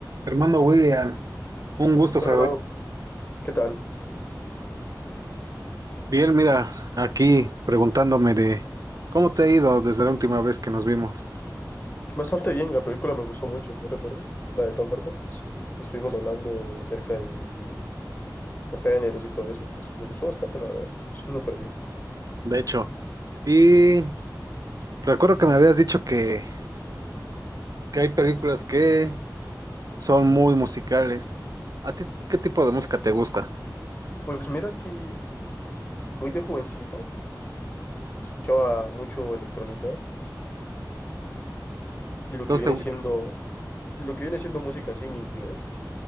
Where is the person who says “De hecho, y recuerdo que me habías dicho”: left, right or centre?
Right